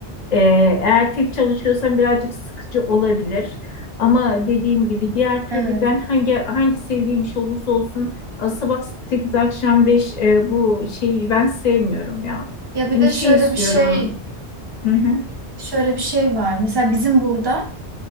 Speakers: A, on the left; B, on the right.
A: Ee, eğer tek çalışıyorsan birazcık sıkıcı olabilir. Ama dediğim gibi diğer türlü
B: Evet.
A: ben hangi hangi sevdiğim iş olursa olsun a, sabah 8 akşam beş e, bu şeyi ben sevmiyorum ya.
B: Ya bir
A: Hani
B: de
A: şey
B: şöyle
A: istiyorum.
B: bir şey,
A: Hı hı
B: şöyle bir şey var. Mesela bizim burada